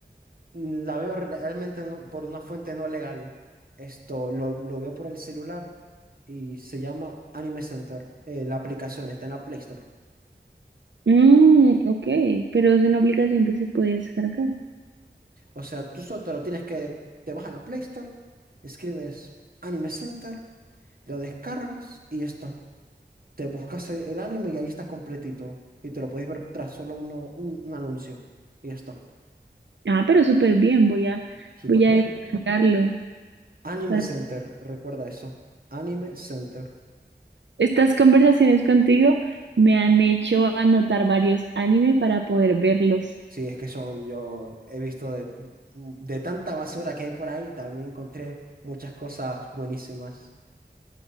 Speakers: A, on the right; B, on the right.
A: mm, la veo re- realmente no- por una fuente no legal. Esto lo, lo veo por el celular y se llama Anime Center. eh, la aplicación está en la Play Store.
B: Mm, ok, pero es una aplicación que se puede descargar.
A: O sea, tú solo te lo tienes que, te vas a la Play Store, escribes Anime Center, lo descargas y ya está. Te buscas e- el anime y ahí está completito. Y te lo puedes ver tras solo uno, un, un anuncio. Y ya está.
B: Ah, pero súper bien, voy a,
A: Súper
B: voy a
A: bien.
B: descargarlo
A: Anime
B: para
A: Center, recuerda eso. Anime Center.
B: Estas conversaciones contigo me han hecho anotar varios anime para poder verlos.
A: Sí, es que son, yo he visto de, de tanta basura que hay por ahí, también encontré muchas cosas buenísimas.